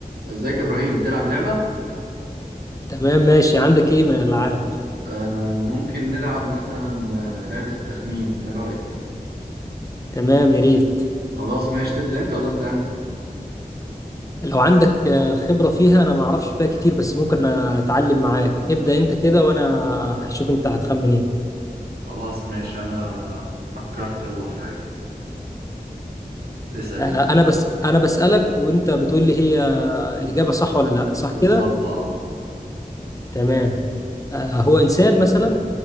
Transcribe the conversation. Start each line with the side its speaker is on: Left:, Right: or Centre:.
Right: ازيك يا ابراهيم تلعب لعبة
Left: تمام ماشي عندك ايه من الالعاب
Right: آه ممكن نلعب مثلا آه، لعبة التخمين ايه رأيك
Left: تمام يا ريت
Right: خلاص ماشي تبدأ انت ولا ابدأ انا
Left: لو عندك آه، خبرة فيها انا ما اعرفش فيها كتير بس ممكن اتعلم معاك ابدأ انت كده وانا هشوف انت هتخمن ايه
Right: خلاص ماشي انا فكرت يلا في حاجة اسأل
Left: آه،
Right: انت
Left: انا بس انا بسألك وانت بتقول لي هي الإجابة صح ولا لا صح
Right: بالظبط
Left: كده
Right: اه
Left: تمام آه، هو انسان مثلا